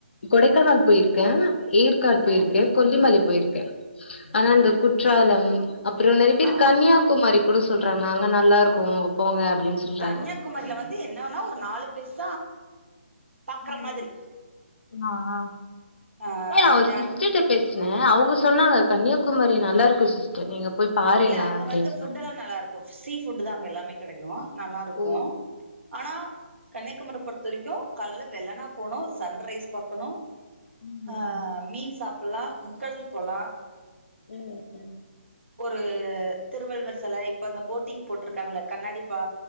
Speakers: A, on the left; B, on the right.
A: கொடைக்கானல் போயிருக்கே ஏற்காட் போய் இருக்கே
B: ம்
A: கொல்லிமல போயிருக்கே ஆனா
B: ம்ஹும்
A: அந்த குற்றாலம் அப்புற நெறைய பேரூ
B: ஆ
A: கன்னியாகுமாரி கூட சொல்றாங்க அங்க நல்லா இருக்கு போங்க அப்டின்னு சொல்றாங்க
B: கன்னியாகுமரியல வந்து என் ன்ன ஒன்னுனா ஒரு நாலு பேச பாக்கற
A: ம்
B: மாதிரி
A: ஆ ஆ
B: ஆ
A: ஏ் அவர்
B: அது
A: சிஸ்டர்
B: அங்
A: கிட்ட பேசுனே அவுங்க சொன்னாங்க கன்னியா குமரி நல்லா இருக்கு சிஸ்டர் நீங்க போய் பாருங்க
B: இல்ல அங்க
A: அப்டின்னு
B: வந்து
A: சொன்னாங்க
B: ஃபுட்டல்ல நல்லா இருக்கு சீ ஃபுட்டு தா அங்க எல்லாமே கெடைக்கு நல்லா இருக்கு
A: ஓ
B: ஆனா கன்னியாகுமரி பொறுத்த வரைக்கு கால்ல வெள்ளன போணு சன்ரைஸ் பாக்கணு
A: ம்
B: ஆ மீன் சாப் போலா முக்கல் போலா
A: ம் ம்
B: ஒரு திருவள்ளுவர் சில இப்ப இந்த போட்டிங் போட்டிருக்காங்களா கண்ணாடி பா